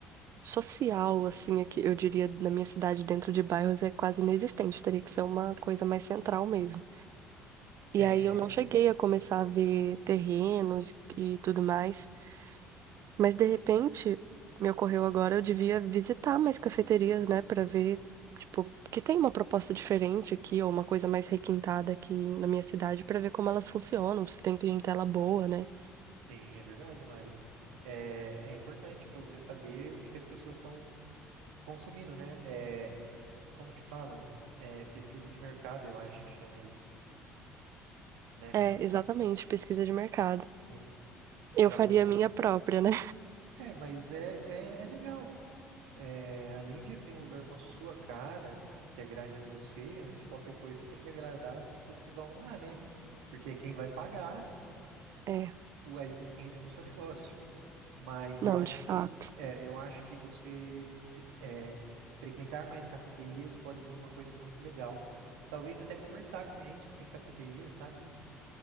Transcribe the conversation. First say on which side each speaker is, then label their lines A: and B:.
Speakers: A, on the right; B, on the right.
A: social, assim, aqui, eu diria, na minha cidade, dentro de bairros, é quase inexistente, teria que ser uma coisa mais central mesmo.
B: É,
A: E aí
B: então,
A: eu não cheguei a começar a ver terrenos e tudo mais, mas de repente me ocorreu agora, eu devia visitar mais cafeterias, né, para ver, tipo, que tem uma proposta diferente aqui, ou uma coisa mais requintada aqui na minha cidade, para ver como elas funcionam, se tem clientela boa, né?
B: sim, é verdade, Mari. É, é importante para você saber o que que as pessoas estão consumindo, né? É, como que fala? É, pesquisa de mercado, eu acho que chama isso, né?
A: É, exatamente, pesquisa de mercado.
B: Sim,
A: Eu
B: para
A: faria
B: você.
A: a minha própria, né?
B: É, mas é, é, é legal. É, além de abrir um lugar com a sua cara, que agrade a você, antes de qualquer coisa, você tem que agradar as pessoas que vão lá, né? Porque é quem vai pagar
A: É,
B: o- a existência do seu negócio. Mas
A: não,
B: eu acho
A: de fato.
B: que, é, eu acho que você fi- é, frequentar mais cafeterias pode ser uma coisa muito legal. Talvez até conversar com gente que tem cafeteria, sabe?